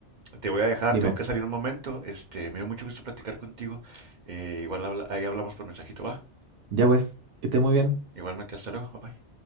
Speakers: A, on the right; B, on the right.
A: Te voy a dejar,
B: dime.
A: tengo que salir un momento. Este, me dio mucho gusto platicar contigo. Eh, igual habla- ahí hablamos por mensajito, va.
B: Ya pues, que estés muy bien.
A: Igualmente, hasta luego, bye bye.